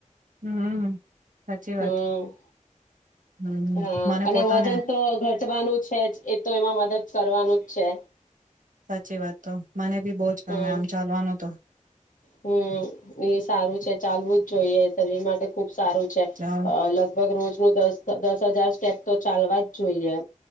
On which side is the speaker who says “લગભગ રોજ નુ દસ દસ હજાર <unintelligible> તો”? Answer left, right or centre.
Left